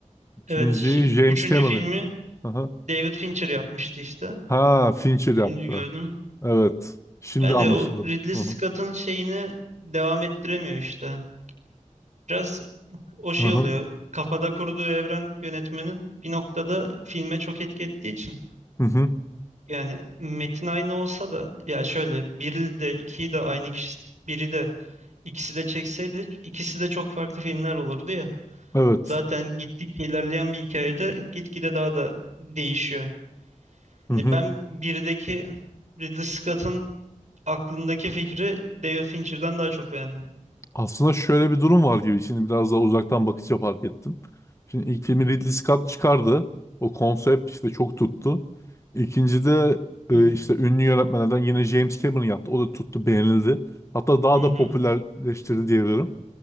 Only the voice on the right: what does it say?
evet şimdi
üçüncü
filmi
David Fincher yapmıştı işte
şimdi
gördüm
yani
o Ridley
Scott'ın şeyini devam ettiremiyor işte biraz o şey
oluyor kafada kurduğu evren yönetmenin bir noktada filme çok etki ettiği için.
Yani metin aynı olsa da ya şöyle biri de ikiyi de aynı kişi biri de ikisi de çekseydi ikisi de çok farklı filmler olurdu ya.
Zaten gittikçe ilerleyen bir hikayede gitgide daha da değişiyor. Hani
ben birdeki Ridley Scott'ın aklındaki fikri David Fincher'dan daha çok beğendim.
Hı
hı.
hı.